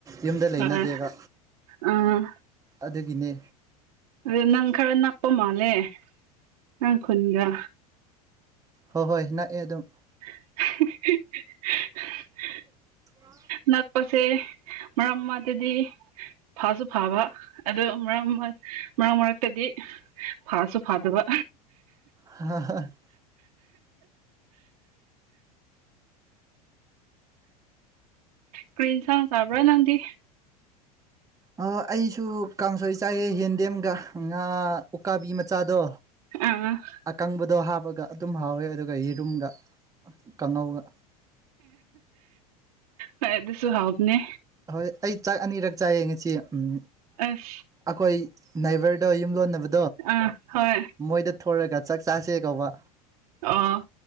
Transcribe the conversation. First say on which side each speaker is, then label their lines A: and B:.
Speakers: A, on the right (about 15°); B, on the right (about 75°).
A: ꯌꯨꯝꯗ ꯂꯩꯅꯗꯦꯕ
B: ꯍꯣꯏ ꯑꯥ
A: ꯑꯗꯨꯒꯤꯅꯦ
B: ꯑꯗꯨ ꯅꯪ ꯈꯔ ꯅꯛꯄ ꯃꯥꯜꯂꯦ ꯅꯪ ꯈꯨꯟꯒ
A: ꯍꯣꯏ ꯍꯣꯏ ꯅꯥꯛꯑꯦ ꯑꯗꯨꯝ
B: <unintelligible>
A: <unintelligible>
B: ꯅꯛꯄꯁꯦ ꯃꯔꯛ ꯃꯔꯛ ꯇꯗꯤ ꯐꯥꯁꯨ ꯐꯥꯕ ꯑꯗꯨ ꯃꯔꯛ ꯃꯔꯛ ꯃꯔꯛꯇꯗꯤ ꯐꯥꯁꯨ ꯐꯥꯗꯕ
A: <unintelligible>
B: ꯀ꯭ꯔꯤ ꯏꯟꯁꯥꯡ ꯆꯥꯕ꯭ꯔꯥ ꯅꯪꯗꯤ
A: ꯑꯥ ꯑꯩꯁꯨ ꯀꯥꯡꯁꯣꯏ ꯆꯥꯏꯑꯦ ꯌꯦꯟꯗꯦꯝꯒ ꯉꯥ ꯎꯀꯥꯕꯤ ꯃꯆꯥꯗꯣ
B: ꯑꯥ
A: ꯑꯀꯪꯕꯗꯣ ꯍꯥꯞꯄꯒ ꯑꯗꯨꯝ ꯍꯥꯎꯋꯦ ꯑꯗꯨꯒ ꯌꯦꯔꯨꯝꯒ ꯀꯥꯡꯉꯧꯒ
B: ꯍꯣꯏ ꯑꯗꯨꯁꯨ ꯍꯥꯎꯕꯅꯦ
A: ꯍꯣꯏ ꯑꯩ ꯆꯥꯛ ꯑꯅꯤꯔꯛ ꯆꯥꯏꯌꯦ ꯉꯁꯤ ꯎꯝ
B: ꯑꯁ
A: ꯑꯩꯈꯣꯏ ꯅꯥꯏꯕꯔꯗꯣ ꯌꯨꯝ ꯂꯣꯟꯅꯕ
B: ꯑꯥ ꯍꯣꯏ
A: ꯃꯣꯏꯗ ꯊꯣꯔꯒ ꯆꯥꯛ ꯆꯥꯁꯦ ꯀꯧꯕ
B: ꯑꯣ